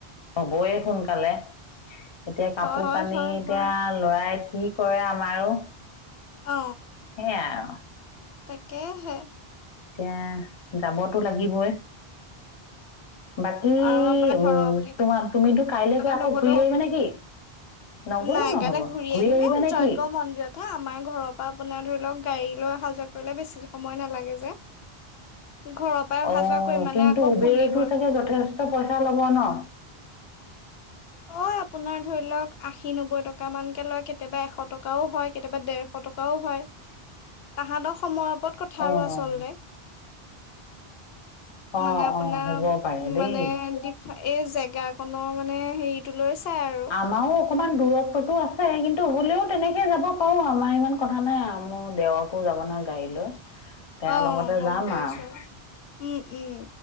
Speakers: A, on the left; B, on the left.
A: হবই সোনকালে। এতিয়া কাপোৰ
B: হয় হয়
A: কানি
B: হয়
A: এতিয়া
B: হয়
A: লৰাই কি কৰে আমাৰো।
B: অ।
A: সেই আৰু
B: তাকে হে।
A: এতিয়া যাব টো লাগিবই। বাকী
B: আৰু আপোনাৰ ঘৰৰ
A: উ
B: বুলি
A: তোমাৰ তুমিতো কাইলে
B: কলে
A: গৈ আকৌ
B: নগলেও
A: ঘূৰি আহিবা নে কি? নগ'লেও
B: নাই
A: নহ'ব
B: কাইলৈ ঘুৰি
A: ঘূৰি
B: আহিম
A: আহিবা
B: এ
A: নে
B: যজ্ঞ
A: কি
B: মন্দিৰতহে আমাৰ ঘৰৰ পৰা আপোনাৰ ধৰি লওক গাড়ী লৈ অহা যোৱা কৰিলে বেছি সময় নালাগে যে। ঘৰৰ পৰাই অহা
A: অ
B: যোৱা কৰি মানে
A: কিন্তু
B: আকৌ
A: উবেৰতো
B: পুলিব
A: চাগে যথেষ্ট পইচা ল'ব ন?
B: লয় আপোনাৰ ধৰি লওক আশী নবৈ টকা মানকে লয় কেতিয়াবা এশ টকাও হয় কেতিয়াবা দেৰশ টকাও হয়। তাহাঁতৰ সময়ৰ ওপৰত কথা
A: অঁ
B: আৰু আচলতে।
A: অঁ
B: মানে আপোনাৰ
A: অঁ হ'ব পাৰে দেই
B: মানে দি এই জেগা ক মানে হেৰিটো লৈ চাই। আৰু
A: আমাৰো অকমান দূৰত্বতো আছে কিন্তু হলেও তেনেকে যাব পাৰো আমাৰ ইমান কথা নাই মোৰ দেওৰতো যাব নহয় গাড়ী লৈ। তেওঁৰ
B: অ
A: লগতে
B: গম
A: যাম
B: পাইছো
A: আৰু
B: উম উম।